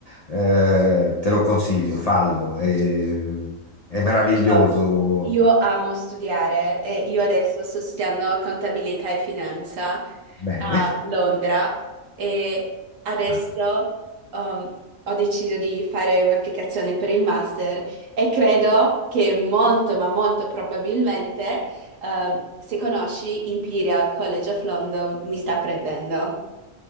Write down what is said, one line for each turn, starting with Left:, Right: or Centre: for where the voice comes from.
Left: eh, te lo consiglio, fallo. E è meraviglioso.
Right: Io io amo studiare e io adesso sto studiando contabilità e finanza
Left: Bene,
Right: a Londra e adesso
Left: Fan-
Right: um, ho deciso di fare un'applicazione per il master e credo che molto, ma molto probabilmente, um, se conosci Imperial College of London, mi sta prendendo.